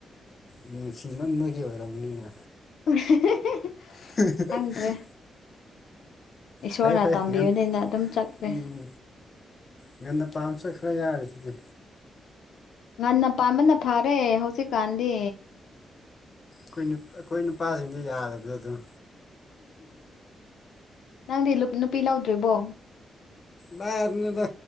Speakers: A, on the left (about 30°); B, on the left (about 85°).
A: ꯅꯨꯡꯁꯤꯃꯟꯕꯒꯤ ꯑꯣꯏꯔꯝꯒꯅꯤꯅ
B: <unintelligible>
A: <unintelligible>
B: ꯈꯪꯗ꯭ꯔꯦ ꯏꯁꯣꯔꯅ
A: ꯐꯩ ꯐꯩ
B: ꯇꯝꯕꯤꯕꯅꯤꯅ
A: ꯉꯟ
B: ꯑꯗꯨꯝ ꯆꯠꯈ꯭ꯔꯦ
A: ꯎꯝ ꯉꯟꯅ ꯄꯥꯝꯃꯁꯨ ꯈꯔ ꯌꯥꯔꯤꯁꯤꯗꯤ
B: ꯉꯟꯅ ꯄꯥꯝꯕꯅ ꯐꯥꯔꯦ ꯍꯧꯖꯤꯛꯀꯥꯟꯗꯤ
A: ꯈꯣꯏ ꯅꯨꯞ ꯑꯈꯣꯏ ꯅꯨꯄꯥꯁꯤꯡꯗꯤ ꯌꯥꯗꯕꯗꯣ ꯑꯗꯨꯝ
B: ꯅꯪꯗꯤ ꯂꯨꯞ ꯅꯨꯄꯤ ꯂꯧꯗ꯭ꯔꯤꯕꯣ
A: ꯗꯥꯏꯗꯩꯅꯣꯗ